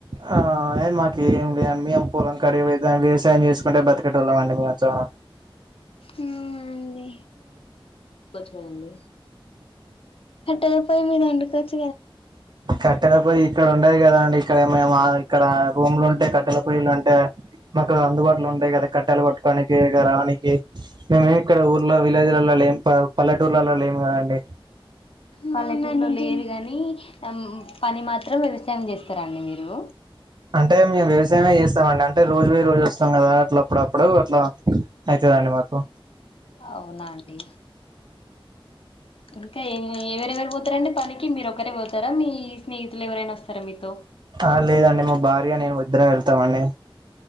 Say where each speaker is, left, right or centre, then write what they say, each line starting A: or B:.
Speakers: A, on the right; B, on the left.
A: ఆ అయ్ మాకేమి లే అన్ని మేము పొలం కాడిగి వ్యవసాయం చేసుకుంటే బ్రతికేటోల్లం అండి మేము యాక్చ్వాల్గా
B: ఊ అండి. దాండి. అంటే పోయి మీద వండుకొచ్
A: కట్టెల పొయ్యి ఇక్కడ ఉండది కదా ఇక్కడ మేము ఆ ఇక్కడ రూమ్లు ఉంటే కట్టెల పొయ్యిలు అంటే మాకు అందుబాటులో ఉంటాయి కదా కట్టేలు కోట్టుకోనికి ఇగ రావడానికి మేమేమి ఇక్కడ ఊర్లో విలేజ్లల్లో లేం పల్లెటూర్లలో లేము కదండి.
B: పల్లెటూర్లో లేరు గాని పని మాత్రం వ్యవసాయం చేస్తారాండి మీరు
A: అంటే మేము వ్యవసాయమే చేస్తామ అండి అంటే రోజు పోయి రోజు వస్తాం కదా అట్లా అప్పుడప్పుడు అట్లా అయితందండి మాకు
B: అవునా ఆండి. ఇంకా ఏమి ఏవరేవరు పోతారండి. పనికి మీరు ఒకరే పోతారా మీ స్నేహితులు ఎవరైనా వస్తారా మీతో
A: ఆ లేదండి మా భార్య నేను ఇద్దరం వెళ్తామండి.